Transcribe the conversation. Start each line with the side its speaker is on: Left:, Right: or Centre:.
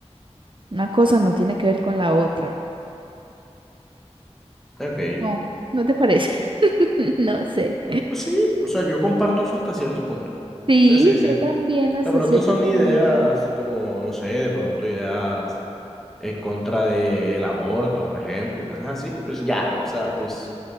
Right: Una cosa no tiene que ver con la otra.
Centre: Ok,
Right: No, ¿no te parece? <laughs> No sé.
Centre: pues sí, o sea, yo comparto eso hasta cierto punto.
Right: Sí,
Centre: Sí, sí, sí.
Right: yo
Centre: De
Right: también hasta
Centre: pronto
Right: cierto
Centre: son
Right: punto.
Centre: ideas como, no sé, de pronto ideas en contra del aborto, por ejemplo, y cosas así. Pues ya, o sea, pues